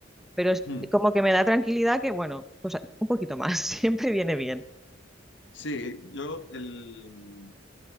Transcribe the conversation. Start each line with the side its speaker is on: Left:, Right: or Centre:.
Centre: pero es
Left: Hmm.
Centre: como que me da tranquilidad que, bueno, pues un poquito más, <laughs> siempre viene bien.
Left: Sí, yo el,